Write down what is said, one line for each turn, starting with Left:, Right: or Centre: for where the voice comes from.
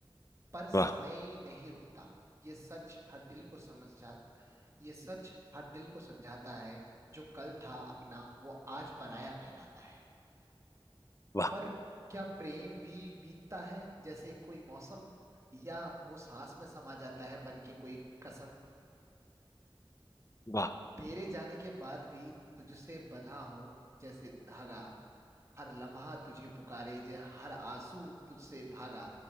Right: पर समय
Left: वाह
Right: नहीं रुकता ये सच हर दिल को समझा ये सच हर दिल को समझाता है जो कल था अपना वो आज पराया कहलाता है
Left: वाह
Right: पर क्या प्रेम भी बीतता है जैसे कोई मौसम या वो सांस में समा जाता है बन के कोई कसम
Left: वाह
Right: तेरे जाने के बाद भी तुझसे बंधा हूं जैसे धागा हर लम्हा तुझे पुकारे जे हर आंसू तुझसे भागा